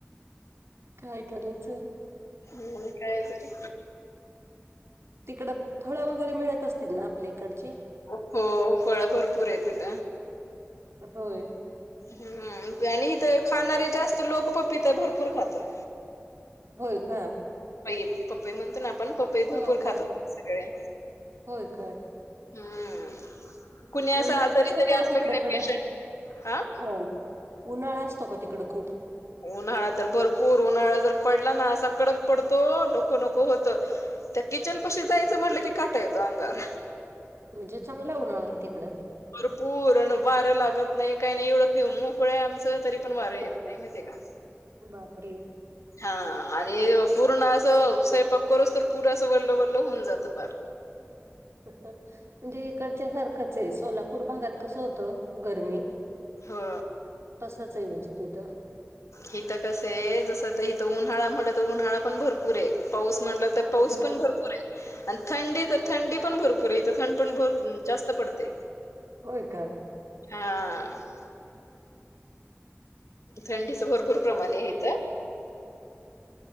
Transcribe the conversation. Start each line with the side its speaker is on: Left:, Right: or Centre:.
Right: काय करायचं?
Left: हम्म, काय ते.
Right: तिकडं फळं वगैरे मिळत असतील ना आपल्या इकडचे?
Left: हो, फळ भरपूर आहेत इथ.
Right: होय
Left: हम्म आणि इथं खाणारे जास्त लोक पपीत भरपूर खातात.
Right: होय का
Left: ई पपई म्हणतो ना आपण पपई भरपूर
Right: हो
Left: खातात
Right: हो
Left: सगळ्या.
Right: होय काय
Left: हम्म कुणी
Right: उन्हाळा
Left: असं आजारी
Right: असतो
Left: तरी
Right: हो
Left: असलं
Right: तिकडं
Left: का नाही
Right: कडक?
Left: पेशंट, आ
Right: हो उन्हाळा असतो का तिकडं खूप?
Left: उन्हाळा तर भरपूर उन्हाळा जर पडला ना असा कडक पडतो, नको नको होत. त्या किचन पाशी जायचं म्हटलं, की काटा येतो अंगावर.
Right: म्हणजे चांगला उन्हाळा आहे तिकडं.
Left: भरपूर अन वारं लागत नाही काही नाही एवढं कि मोकळे आमचं, तरी पण वारं येत नाही. नाही, माहती का?
Right: बापरे!
Left: हा आणि पूर्ण असं स्वयंपाक करोस्तर पुर असं वल्लवल्ल होऊन जातं पार.
Right: म्हणजे इकडच्या सारखंच आहे, सोलापूर भागात कसं होतं? गरमी,
Left: हो
Right: तसच आहे म्हणजे तिथ.
Left: हिथं कसं आहे जस इथ उन्हाळा म्हटलं तर उन्हाळा पण भरपूर आहे, पाऊस म्हटलं तर त
Right: हा.
Left: पाऊस पण भरपूर आहे. आणि थंडी तर थंडी पण भरपूर आहे, इथ थंड पण जास्त पडते.
Right: होय का?
Left: हा. थंडीच भरपूर प्रमाण आहे इथ.